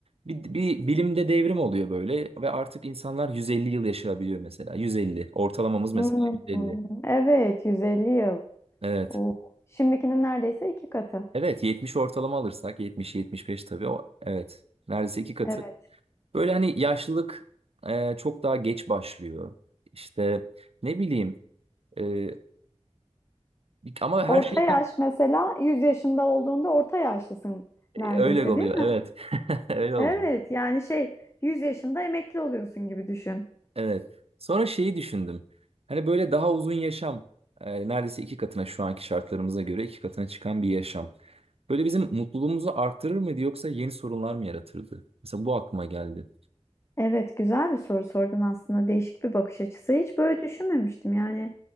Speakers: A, on the right; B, on the left.
A: bir, bir bilimde devrim oluyor böyle ve artık insanlar 150 yıl yaşayabiliyor mesela. 150. Ortalamamız mesela
B: Hmm,
A: 150.
B: Evet, 150 yıl.
A: Evet.
B: Oo. Şimdikinin neredeyse iki katı.
A: Evet 70 ortalama alırsak 70-75 tabii o evet neredeyse iki katı.
B: Evet.
A: Böyle hani yaşlılık e, çok daha geç başlıyor. İşte ne bileyim e, ama
B: Orta
A: her şey
B: yaş
A: tabii-
B: mesela 100 yaşında olduğunda orta yaşlısın
A: e,
B: neredeyse
A: öyle oluyor
B: değil mi?
A: evet <laughs> öyle
B: Evet,
A: oluyor.
B: yani şey 100 yaşında emekli oluyorsun gibi düşün.
A: Evet sonra şeyi düşündüm hani böyle daha uzun yaşam e, neredeyse iki katına şu anki şartlarımıza göre iki katına çıkan bir yaşam. Böyle bizim mutluluğumuzu artırır mıydı yoksa yeni sorunlar mı yaratırdı? Mesela bu aklıma geldi.
B: Evet, güzel bir soru sordun aslında. Değişik bir bakış açısı. Hiç böyle düşünmemiştim. Yani